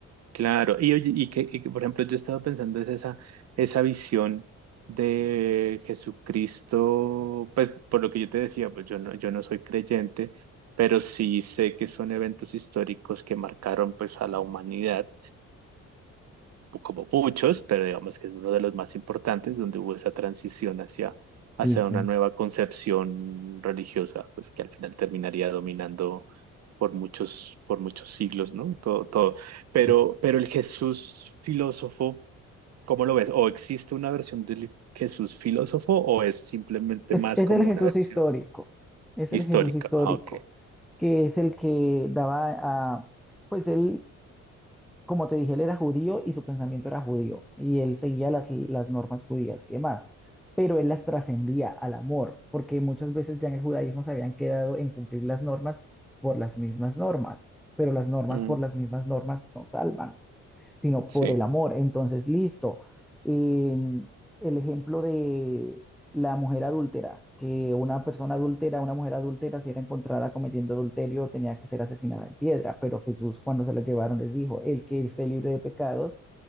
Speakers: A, on the right; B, in the centre.
A: claro. Y oye, y que, y que, por ejemplo, yo estaba pensando es esa, esa visión de Jesucristo, pues por lo que yo te decía, pues yo no, yo no soy creyente, pero sí sé que son eventos históricos que marcaron pues a la humanidad, como muchos, pero digamos que es uno de los más importantes, donde hubo esa transición hacia, hacia
B: Sí, sí,
A: una nueva concepción religiosa, pues que al final terminaría dominando por muchos, por muchos siglos, ¿no? Todo, todo.
B: sí.
A: Pero, pero el Jesús filósofo, ¿cómo lo ves? ¿O existe una versión del Jesús filósofo o es simplemente
B: Es,
A: más
B: es
A: como
B: el Jesús
A: una versión
B: histórico, es
A: histórica?
B: el Jesús histórico,
A: Ah, ok.
B: que es el que daba a, pues él como te dije, él era judío y su pensamiento era judío, y él seguía las, las normas judías y demás, pero él las trascendía al amor, porque muchas veces ya en el judaísmo se habían quedado en cumplir las normas por las mismas normas, pero las normas
A: Mm,
B: por las mismas normas no salvan sino
A: sí.
B: por el amor. Entonces, listo. Eh, el ejemplo de la mujer adúltera, que una persona adúltera, una mujer adúltera, si era encontrada cometiendo adulterio, tenía que ser asesinada en piedra, pero Jesús cuando se la llevaron les dijo, el que esté libre de pecados,